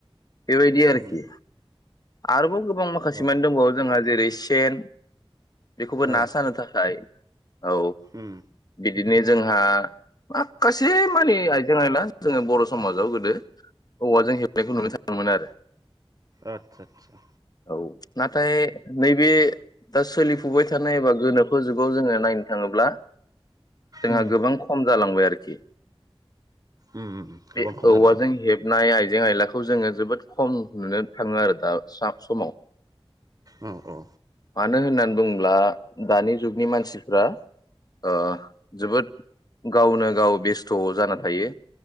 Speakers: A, on the left; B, on the right.
A: बेबायदि आरोखि
B: उम
A: आरोबाव गोबां माखासे
B: औ
A: मानि दंबावो जोंहा जेरै सेन बेखौबो
B: औ
A: ना सानो थाखाय औ
B: उम
A: बिदिनो जोंहा माखासे मानि आइजें आइला जोङो बर' समाजाव गोदो, औवाजों हेबनायखौ नुनो थाङोमोन आरो।
B: आदसा आदसा
A: औ नाथाय नैबे दा सोलिफुबाय थानाय एबा गोनोखो जुगाव जोङो नायनो थाङोब्ला जोंहा
B: उम
A: गोबां खम जालांबाय आरोखि।
B: उम उम गोबां
A: बे
B: खम
A: औवाजों
B: जालांबाय
A: हेबनाय आइ जें आयलाखौ जोङो जोबोद खम नुनो थाङो आरो दा सा समाव
B: औ औ
A: मानो होननानै बुंङोब्ला दानि जुगनि मानसिफ्रा ओ जोबोद गावनो गाव बेस्थ जाना थायो